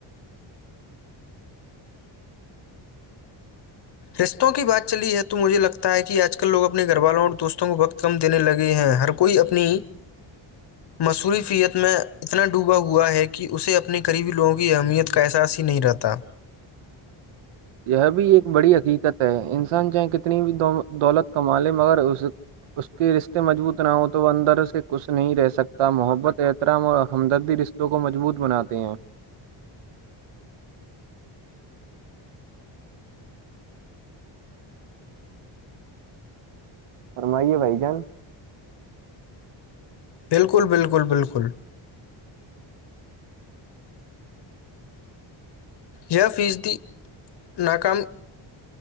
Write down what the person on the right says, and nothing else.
یہ بھی ایک بڑی حقیقت ہے انسان چاہے کتنی بھی دولت کما لے مگر اس اس کے رشتے مضبوط نہ ہوں تو وہ اندر سے کچھ نہیں رہ سکتا محبت احترام اور ہمدردی رشتوں کو مضبوط بناتے ہیں فرمائیے بھائی جان